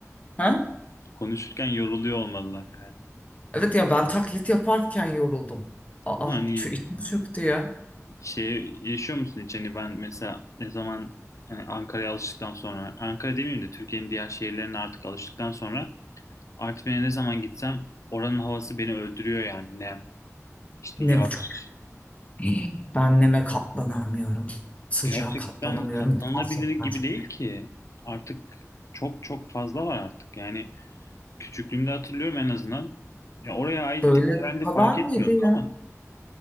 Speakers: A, on the left; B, on the left.
A: Ha?
B: Konuşurken yoruluyor olmalılar herhalde.
A: Evet ya ben taklit yaparken yoruldum. Aa
B: Ama hani
A: şu içim çöktü ya.
B: şey yaşıyor musun hiç? Hani ben mesela ne zaman hani Ankara'ya alıştıktan sonra, Ankara demeyeyim de Türkiye'nin diğer şehirlerine artık alıştıktan sonra Artvin'e ne zaman gitsem oranın havası beni öldürüyor yani. Nem, işte
A: Nem
B: yağış.
A: çok. <gasps> Ben neme katlanamıyorum. Sıcağa
B: Gerçekten
A: katlanamıyorum.
B: katlanabilir
A: Gerçekten
B: gibi
A: çok.
B: değil ki. Artık çok çok fazla var artık. Yani küçüklüğümde hatırlıyorum en azından. Ya oraya aittik
A: Böyle
B: herhalde
A: bu kadar
B: fark
A: mıydı
B: etmiyorduk
A: ya?
B: ama.